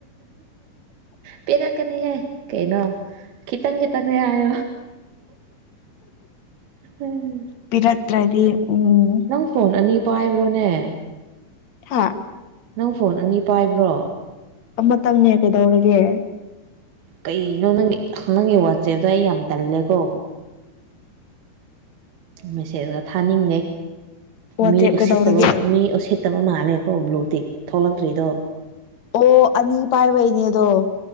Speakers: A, on the right; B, on the left.
A: ꯄꯦꯔꯛꯀꯅꯤꯍꯦ ꯀꯩꯅꯣ ꯈꯤꯇꯪ ꯈꯤꯇꯪꯅꯦ ꯍꯥꯏꯌꯣ ꯎꯝ
B: ꯄꯤꯔꯛꯇ꯭ꯔꯗꯤ ꯎꯝ
A: ꯅꯪ ꯐꯣꯟ ꯑꯅꯤ ꯄꯥꯏꯕ꯭ꯔꯣꯅꯦ
B: ꯍꯥꯥ
A: ꯅꯪ ꯐꯣꯟ ꯑꯅꯤ ꯄꯥꯏꯕ꯭ꯔꯣ
B: ꯑꯃꯇꯪꯅꯦ ꯀꯩꯗꯧꯔꯒꯦ
A: ꯀꯩꯅꯣ ꯅꯪ ꯅꯪꯒꯤ ꯋꯥꯆꯦꯞꯇꯣ ꯑꯩ ꯌꯥꯝ ꯇꯜꯂꯦꯀꯣ ꯃꯦꯁꯦꯖꯒ ꯊꯥꯅꯤꯡꯉꯦ
B: ꯋꯥꯆꯦꯞ
A: ꯃꯤ ꯎꯁꯤꯠꯇꯕ
B: ꯀꯩꯗꯧꯔꯒꯦ
A: ꯃꯤ ꯎꯁꯤꯠ ꯐꯠꯇꯕ ꯃꯥꯜꯂꯦꯀꯣ ꯕ꯭ꯂꯨ ꯇꯤꯛ ꯊꯣꯛꯂꯛꯇ꯭ꯔꯤꯗꯣ
B: ꯑꯣ ꯑꯅꯤ ꯄꯥꯏꯕꯩꯅꯦꯗꯣ